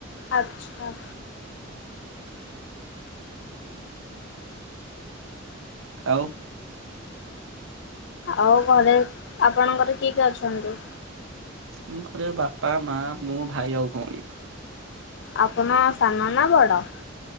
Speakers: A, on the left; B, on the right.
A: ଆଚ୍ଛା।
B: ଆଉଁ?
A: ଆଉ ଘରେ ଆପଣଙ୍କର କିଏ କିଏ ଅଛନ୍ତି?
B: ମୁଁ ଘରେ ବାପା, ମାଆ, ମୁଁ, ଭାଇ ଆଉ ଭଉଣୀ।
A: ଆପନ ସାନ ନା ବଡ଼?